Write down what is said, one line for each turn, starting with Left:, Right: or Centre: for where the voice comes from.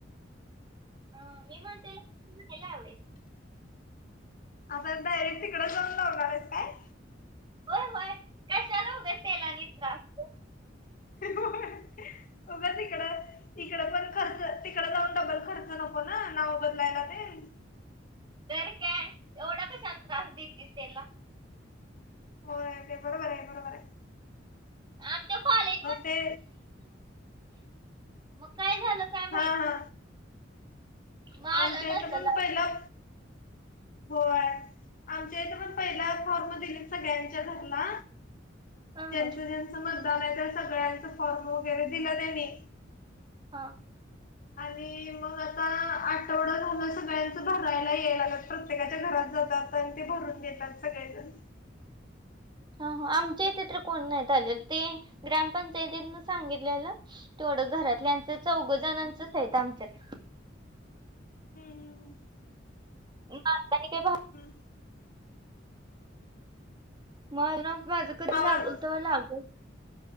Right: अ मी पण त्याला <unintelligible>
Left: आता डायरेक्ट तिकडंच जाऊन लावणार आहेस काय?
Right: होय होय कशाला उगाच त्याला आणि त्रास. देऊ?
Left: होय उगा तिकडं इकडं पण खर्च तिकड जाऊन डबल खर्च नको ना नाव बदलायला तेन.
Right: तर काय एवढा कशाला त्रास देतीस त्याला.
Left: होय ते बरोबर आहे बरोबर आहे.
Right: आमच्या कॉलेज
Left: अ ते
Right: मग काय झालं काय माहित
Left: हा हा.
Right: बाई मग आलं
Left: आमच्या हित
Right: नसल
Left: पण पहिला होय आमच्या इथे पण पहिला फॉर्म दिलेत सगळ्यांच्या घरला
Right: हा
Left: ज्यांच
Right: हा
Left: ज्यांचं मतदान आहे त्या सगळ्यांच फॉर्म वगैरे दिलं त्यांनी.
Right: हा.
Left: आणि मग आता आठवडा झाल सगळ्यांच भरायला यायला लागल्यत प्रत्येकाच्या घरात जातात. पण ते भरून देतात सगळेजण.
Right: ह हं आमच्या इथे तर कोण नाहीत आलेलं ते ग्रामपंचायतीन सांगितलेलं. तेवडं घरातल्यांचं चौघ जणांचच आहेत आमच्यात.
Left: हम्म
Right: <unintelligible>
Left: हम्म.
Right: मग <unintelligible> माझं कधी
Left: आवाज
Right: लागल तवा लाग